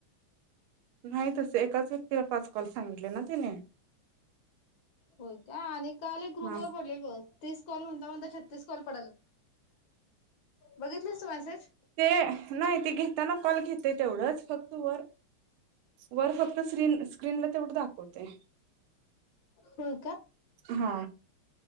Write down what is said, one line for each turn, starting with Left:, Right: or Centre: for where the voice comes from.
Right: नाही तस एकाच व्यक्तीला पाच कॉल सांगितले ना तिने
Left: हो का आणि काल एक ग्रुप
Right: हा
Left: वर पडलेल बस तीस कॉल म्हणता म्हणता छत्तीस कॉल पडल्यात. बघितलीस तू मॅसेज
Right: ते नाही ते घेताना कॉल घेते तेवढंच फक्त वर वर फक्त स्क्रीन स्क्रीनला तेवढं दाखव त ये
Left: होय
Right: हा.